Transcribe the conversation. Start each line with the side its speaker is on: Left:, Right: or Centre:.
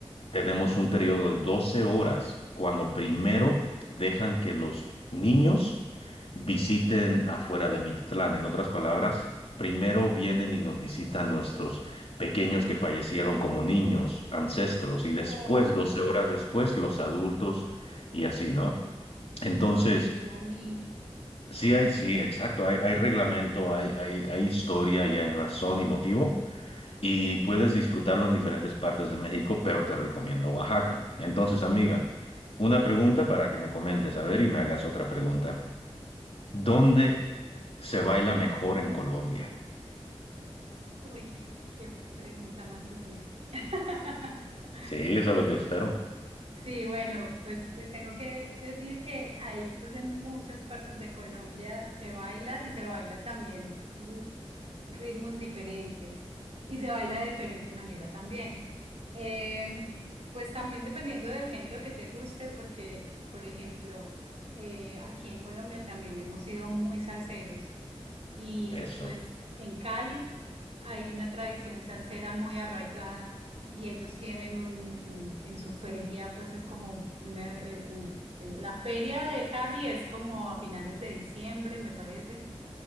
Left: tenemos un periodo de 12 horas cuando primero dejan que los niños visiten afuera de Mictlán. En otras palabras, primero vienen y nos visitan nuestros pequeños que fallecieron como niños, ancestros, y después,
Right: Oh,
Left: 12 horas después, los adultos y así, ¿no? Entonces,
Right: ay, qué bonito.
Left: sí hay, sí, exacto, hay, hay reglamento, hay, hay, hay historia y hay razón y motivo. Y puedes disfrutarlo en diferentes partes de México, pero te recomiendo Oaxaca. Entonces, amiga, una pregunta para que me comentes, a ver, y me hagas otra pregunta. ¿Dónde se baila mejor en Colombia?
Right: Uy, qué pregunta más difícil. <laughs>
Left: Sí, eso es lo que espero.
Right: Sí, bueno, pues te tengo que decir que ahí, pues en muchas partes de Colombia se baila y se baila también mm, ritmos diferentes y se baila de diferente manera también. Eh, pues también dependiendo del género que te guste, porque, por ejemplo, eh, aquí en Colombia también hemos sido muy salseros. Y
Left: Eso.
Right: pues en Cali hay una tradición salsera muy arraigada y ellos tienen un, un- en su feria, pues es como una, eh, un- la feria de Cali es como a finales de diciembre, me parece,